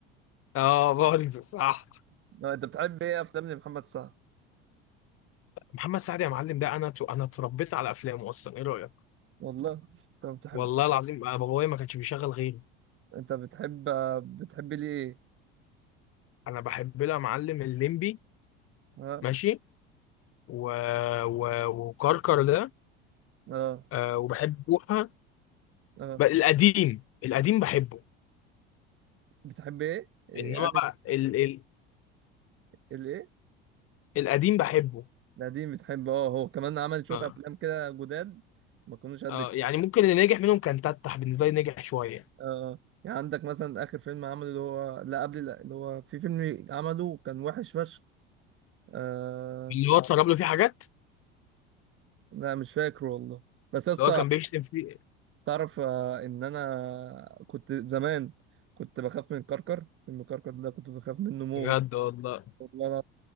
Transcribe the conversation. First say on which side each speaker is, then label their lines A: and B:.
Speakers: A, on the left; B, on the right.
A: اه برضه صح
B: لا، انت بتحب ايه افلام محمد سعد
A: محمد سعد يا معلم ده انا ت... انا اتربيت على افلامه اصلا ايه رايك
B: والله انت بتحب
A: والله العظيم أنا بابايا ما كانش بيشغل غيره
B: انت بتحب بتحب ليه ايه
A: انا بحب لها معلم الليمبي
B: اه
A: ماشي و... و... وكركر ده
B: اه
A: آه وبحب بوحة
B: اه
A: ب- القديم القديم بحبه
B: بتحب ايه إيه،
A: انما
B: انا
A: بقى ال... ال...
B: الايه
A: القديم بحبه
B: القديم بتحب اه هو كمان عمل شويه
A: آه.
B: افلام كده جداد ما كانوش قد
A: آه
B: كده.
A: يعني ممكن اللي نجح منهم كان تتح بالنسبه لي نجح شويه
B: اه يعني عندك مثلا اخر فيلم عمله اللي هو لا قبل لا اللي هو في فيلم عمله كان وحش فشخ آه
A: اللي هو اتسرب له فيه حاجات
B: لا مش فاكره والله بس يا اسطى
A: اللي هو كان بيشتم فيه
B: تعرف آه، ان انا كنت زمان كنت بخاف من الكركر فيلم الكركر ده كنت بخاف منه موت
A: بجد والله
B: والله أنا